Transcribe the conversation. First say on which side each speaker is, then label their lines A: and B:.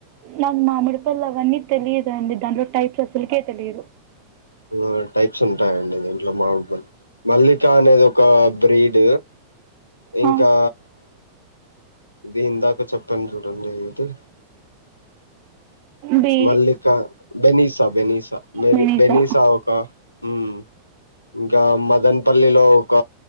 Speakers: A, on the right; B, on the left.
A: నాక్ మామిడి పళ్ళవన్ని తెలియదండి దాంట్లో టైప్స్ అసలుకే తెలియదు
B: ఆ టైప్స్ ఉంటాయండి దీంట్లో మావుంటై మల్లిక అనేది ఒక బ్రీడ్ ఇంకా
A: ఆ,
B: ఇది ఇందాక చెప్పాను చూ రండి ఏంటి
A: బి
B: మల్లికా బెనిసా బెనిసా మేబి
A: బెనీసా
B: బెనిసా ఒక మ్మ్ ఇంకా మదన్పల్లిలో ఒక